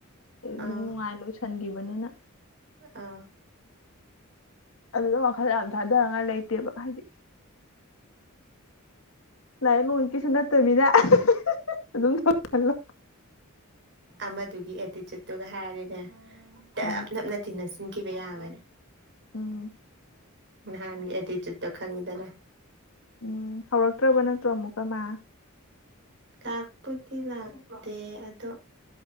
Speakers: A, on the left (about 70°); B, on the right (about 55°).
A: ꯅꯨꯡꯉꯥꯏꯅ
B: ꯑꯥ
A: ꯁꯟꯈꯤꯕꯅꯤꯅ
B: ꯑꯥ
A: ꯑꯗꯨꯗ ꯋꯥꯈꯜ ꯌꯥꯝ ꯊꯥꯗꯅꯤꯉꯥꯏ ꯂꯩꯇꯦꯕ ꯍꯥꯏꯗꯤ ꯂꯥꯏꯔꯤꯛ ꯅꯣꯡꯒꯤꯁꯨ ꯅꯠꯇꯝꯅꯤꯅ ꯑꯗꯨꯝ ꯈꯜꯂꯣ
B: ꯑꯃꯗꯨꯒꯤ ꯑꯦꯇꯤꯆꯨꯠꯇꯨꯒ ꯍꯥꯏꯔꯗꯤꯅꯦ ꯇꯞ
A: ꯎꯝ
B: ꯅꯞꯅ ꯇꯤꯟꯅ ꯁꯤꯟꯈꯤꯕ ꯌꯥꯕꯅꯦ
A: ꯎꯝ
B: ꯅꯍꯥꯟꯒꯤ ꯑꯦꯇꯤꯆꯨꯠꯇꯣ ꯈꯪꯉꯤꯗꯅ
A: ꯎꯝ ꯍꯧꯔꯛꯇ꯭ꯔꯕ ꯅꯠꯇ꯭ꯔꯣ ꯑꯃꯨꯛꯀ ꯃꯥ
B: ꯂꯥꯛꯄꯨꯗꯤ ꯂꯥꯛꯇꯦ ꯑꯗꯣ